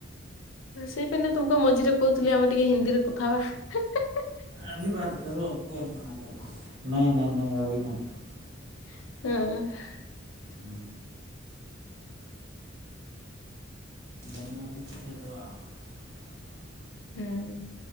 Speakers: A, on the left; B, on the right.
A: ସେଇପାନେ ତମକୁ ମଝିରେ କହୁଥିଲି ଆମେ ଟିକେ ହିନ୍ଦୀରେ କଥା ହେବା।
B: ଅଭି ବାତ କରୋ କୋନ୍ ମନା କରରେ ନେଁ ନେଁ ନେଁ ଅଭି ନେଁଇ।
A: ହୁଁ।
B: ହୁଁ। ବଡ଼ମାକୋ ସିଖେ ଦବା ଆଉ।
A: ହୁଁ।